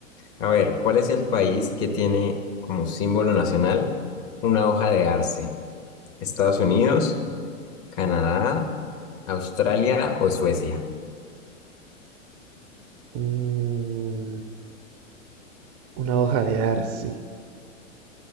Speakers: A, on the left; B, on the right.
A: A ver, ¿cuál es el país que tiene como símbolo nacional una hoja de arce? ¿Estados Unidos, Canadá, Australia o Suecia?
B: Mm, una hoja de arce.